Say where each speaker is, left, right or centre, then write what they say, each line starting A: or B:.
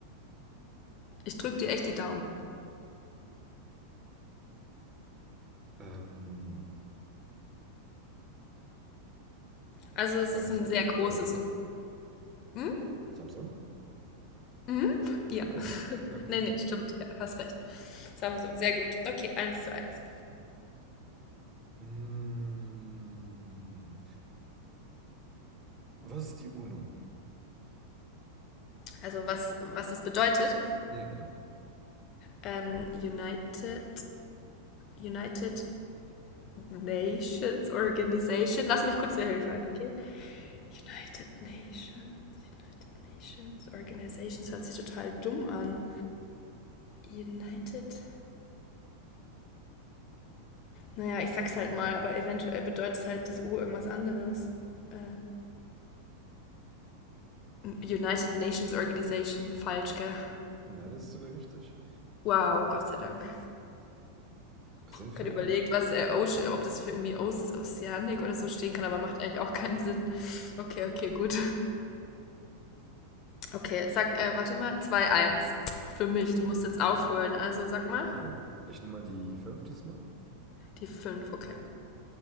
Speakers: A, on the left; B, on the right.
A: Ich drücke dir echt die Daumen.
B: Ähm,
A: Also es
B: Samsung
A: ist ein sehr
B: oder
A: großes und... Hm?
B: Samsung?
A: Hm? Ja.
B: Okay. Ja, Okay.
A: Nee, nee, stimmt. Ja, hast recht. Samsung, sehr gut. Okay, eins zu eins.
B: Mm, was ist die UNO?
A: Also was, was das bedeutet.
B: Ja, genau.
A: Ähm, United, United Nations Organization. Lass mich kurz verifizieren, okay?
B: Ja.
A: United Nations, United Nations Organizations hört sich total dumm an. United. Naja, ich sag's halt mal, aber eventuell bedeutet halt das O irgendwas anderes. Äh, United Nations Organization, falsch, gell?
B: Nein, das ist sogar richtig.
A: Wow, Gott sei Dank.
B: Bisschen Führung.
A: gerade überlegt, was, äh, Oce- ob das für irgendwie Oce- Oceanic oder so stehen kann, aber macht eigentlich auch keinen Sinn. Okay, okay, gut. Okay, sag, äh, warte mal, zwei eins für mich.
B: Mhm,
A: Du musst jetzt
B: mhm.
A: aufholen. Also sag mal,
B: Ja. Ich nehme mal die 5 diesmal.
A: die 5. okay.